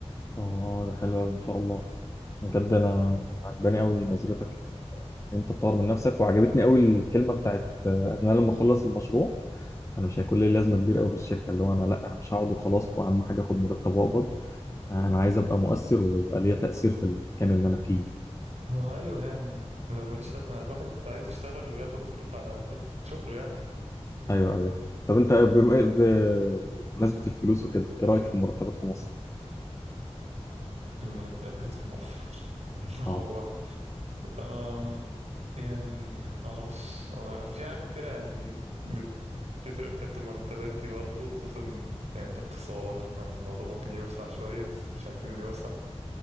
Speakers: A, on the left; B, on the right.
A: اه ده حلو قوي ان شاء الله بجد انا عجباني قوي نظرتك ان انت تطور من نفسك وعجبتني قوي الكلمه بتاعت انا لما اخلص المشروع انا مش هيكون لي لازمه كبيره قوي في الشركه اللي هو انا لا انا مش هقعد وخلاص واهم حاجه اخد مرتب واقبض انا عايز ابقى مؤثر ويبقى ليا تأثير في المكان اللي انا فيه
B: ما هو أيوه يعني لو ماليش لازمة الواحد عايز يشتغل وياخد فلوس على قد شغله يعني
A: فايوه ايوه طب انت بم- ب- بمناسبة الفلوس وكده ايه رأيك في المرتبات في مصر
B: المرتبات في مصر <laughs> هو
A: اه
B: آم، يعني معرفش هو في حاجات كتيرة يعني بتفرق في حتة المرتبات دي برضه خصوصا يعني الاقتصاد احنا الموضوع ممكن يوسع شوية بس مش عايزينه يوسع